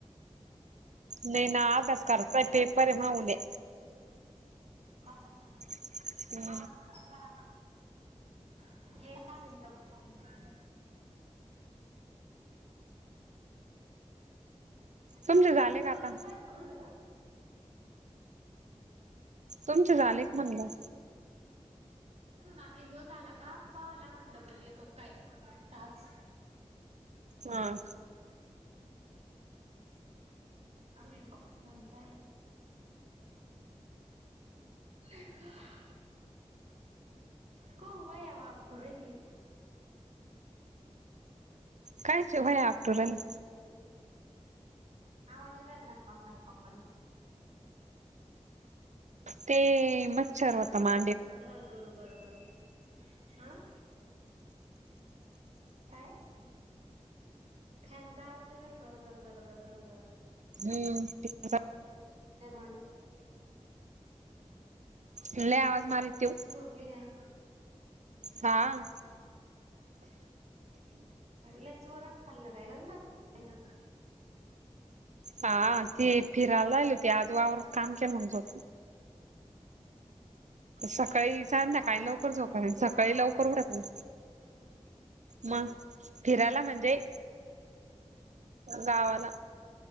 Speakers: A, on the right; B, on the right.
A: नाही ना अभ्यास करायचा पेपर आहे मग उद्या
B: <unintelligible>
A: <inaudible>
B: <unintelligible>
A: तुमचे झाले का
B: करून
A: आता
B: काय तुम्.
A: तुमचे झाले क म्हणलं.
B: ना आता हो झाला का पायला गंडबल्ली येतो काय टाच
A: हा.
B: आणि मण काय. ह <unintelligible> क वय आव आपतू रहिली....
A: कायच होय आपटू राहिली.
B: हजरेल दपक दपक <unintelligible>
A: ते मच्छर होता मा...
B: मग तर बरोबर बरोबर... आं काय? फॅनचा आवाज लय घर घर घर घर घ घर....
A: हम्म फॅनचा....
B: दरवाणी....
A: लय आवाज मारी तो....
B: झोपली हाय....
A: हा....
B: लईच वरण खाल्लं काय ग...
A: हा ती फिरायला आली होती आज वावरात काम केलं म्हण हो... सकाळी संध्याकाळी
B: हाव
A: लवकर
B: का
A: झोपत
B: म्हणजे
A: नाही
B: फिरायला
A: सकाळी लवकर उठत नाही... मग फिरायला म्हणजे.... गावाला